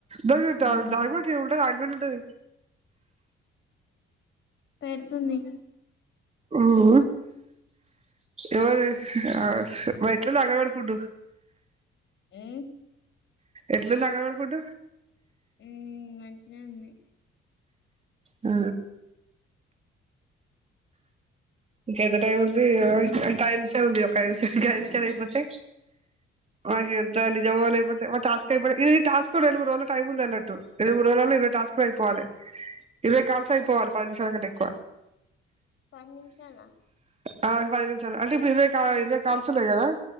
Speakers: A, on the right; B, on the left.
A: దానికి
B: హ్మ్
A: కూడా ఆయింట్మెంట్ ఉంటది,
B: పెడుతుంది.
A: ఉహు ఎవరి ఆ మా ఇంటి ఎట్లా తగ్గదంట పుండు
B: ఏ
A: ఎట్ల తగ్గదనుకుంటా
B: ఉ మంచిదే ఉంది
A: ఆ ఇంకా ఎంత టై ఉంది ఇగా పది నిముషాలు ఉంది ఐదు నిముషాలు ఉంది ఒక ఐదులు ఐదు విషలు అయిపోతే, ఆమె చెప్తాంది నిజమో లేపోతే టాస్క్ ఈ టస్క్ కూడా రె మూడు రోజు టైం ఉందిదున్నటు ఎవ మూడు వజలల్లో ఇరై టాస్క్లు అయిపోాలి, ఇరవై కాల్స్ అయిపోవాలి పది నిమిషాల కంటే ఎక్కువ,
B: పది నిమిషాల
A: ఆ పది నిమిషాలు అంటే ఇప్పుడు ఇరవై కా ఇరవై కాల్స్ ఉన్నాయి కదా